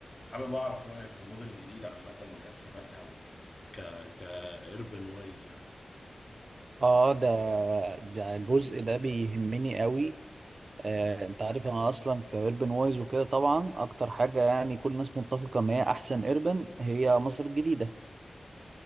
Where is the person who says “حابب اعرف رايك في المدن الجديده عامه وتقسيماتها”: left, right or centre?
Left